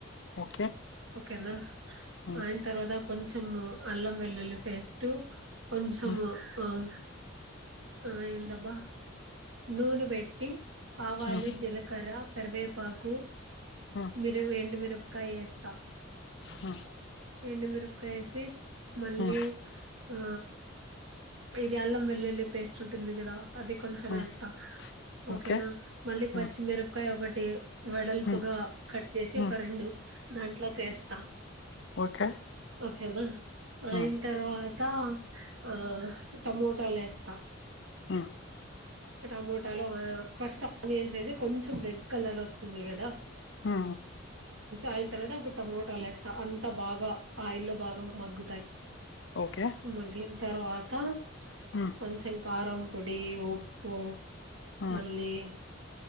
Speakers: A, on the left; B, on the right.
A: ఓకే
B: ఓకేనా
A: హ్మ్.
B: ఆయిన తర్వాత కొంచం అల్లం వెల్లుల్లి ఫేస్ట్ తూక్ కొంచము
A: హ్మ్.
B: ఆహ్ ఆహ్ ఎందబ్బా. నూనె బేట్ ఆవాలు
A: హ్మ్.
B: జీలకర్ర కర్వేపాకు
A: హ్మ్.
B: మీరు ఏండి మీరు కాయేస్తా.
A: హ్మ్.
B: ఎన్ని మీరు కైసి మళ్ళీ
A: హ్మ్.
B: ఆ ఇది అల్లం వెల్లుల్లి పేస్ట్ ఉంటుంది కదా అది కొంచం
A: హ్మ్.
B: ఎస్ తా ఓకేనా
A: ఓకే
B: మళ్ళీ
A: హ్మ్.
B: పచ్చిమిరపకాయ ఒకటి వెడల్పుగా
A: హ్మ్.
B: కట్ చేసి
A: హ్మ్.
B: ఒక రెండు దాంట్లోకి ఎస్తా
A: ఓకే
B: ఓకేనా అయిన
A: హ్మ్.
B: తర్వాత ఆ టమోటాలేస్తా
A: ఆ
B: టమోటాలో ఫస్ట్ ఆనియన్ సైజ్ కొంచెం రెడ్ కలర్ వస్తుంది కదా
A: ఆ
B: ఆయిన తర్వాత అప్పుడు టమోటాలు వేస్తా అంత బాగా ఆయిల్ ల్లో బాగా మగ్గుతాయి.
A: ఓకే
B: మగ్గిన్ తరువాత
A: హ్మ్.
B: కొంచెం కారం పొడి ఉ ప్పు
A: హ్మ్.
B: మళ్ళీ